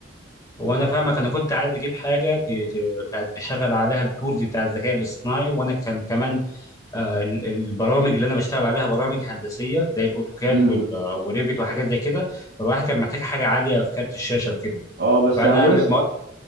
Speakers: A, on the left; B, on the right.
A: هو انا فاهمك انا كنت عايز اجيب حاجه ت- ت- اشغل عليها التولز بتاع الذكاء الاصطناعي وانا كان كمان آه، ال- البرامج اللي انا بشتغل عليها برامج هندسيه زي الاوتوكاد
B: امم
A: وال- آه، وريفيت وحاجات زي كده فالواحد كان محتاج حاجه عاليه في كارت الشاشه وكده
B: اه بس
A: فانا
B: انا بقول
A: لما